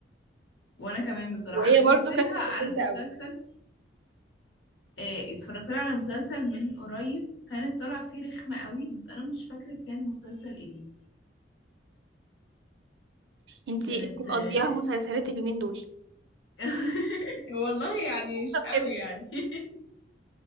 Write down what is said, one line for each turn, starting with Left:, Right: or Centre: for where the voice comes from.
Left: وانا كمان بصراحه
Right: وهي
Left: انا اتفرجت
Right: برضو
Left: لها
Right: كانت مستفزه
Left: على مسلسل
Right: قوي
Left: آه، اتفرجت لها على مسلسل من قريب كانت طالعه فيه رخمه قوي بس انا مش فاكره كان مسلسل ايه
Right: انتي
Left: كانت
Right: انتي مقضياها
Left: آه،
Right: مسلسلات اليومين دول
Left: <laughs> والله يعني مش
Right: طب
Left: قوي
Right: كده
Left: يعني <laughs>